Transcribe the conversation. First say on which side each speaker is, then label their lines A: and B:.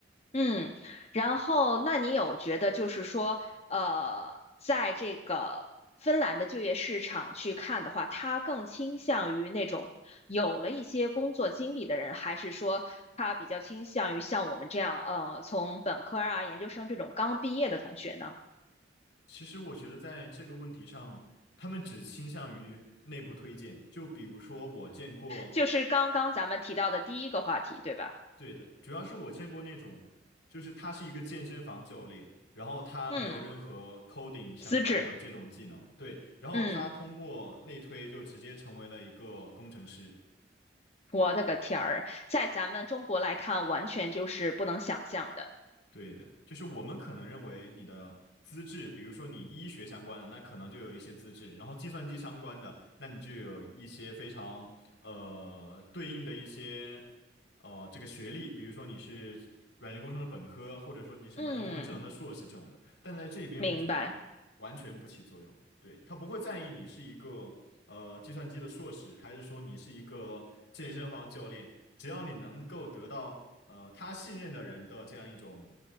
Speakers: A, on the left; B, on the left.
A: 嗯，然后那你有觉得就是说，呃，在这个芬兰的就业市场去看的话，他更倾向于那种有了一些工作经历的人，还是说他比较倾向于像我们这样，呃，从本科啊、研究生这种刚毕业的同学呢？
B: 其实我觉得在这个问题上，他们只倾向于内部推荐，就比如说我见过。
A: 就是刚刚咱们提到的第一个话题，对吧？
B: 对的，主要是我见过那种，就是他是一个健身房教练，然后他没有任何
A: 嗯，
B: coding 相关的这种技能，
A: 资质，
B: 对，然后他通过内推就直接成为了一个工程师。
A: 嗯，我的个天儿，在咱们中国来看，完全就是不能想象的。
B: 对的，就是我们可能认为你的资质，比如说你医学相关的，那可能就有一些资质，然后计算机相关的，那你就有一些非常呃对应的一些呃这个学历，比如说你是软件工程的本科，或者说你什么人工智能的硕士这种的，
A: 嗯，
B: 但在这边我觉得完全不起作用，
A: 明白。
B: 对，他不会在意你是一个。呃计算机的硕士，还是说你是一个健身房教练，只要你能够得到呃他信任的人的这样一种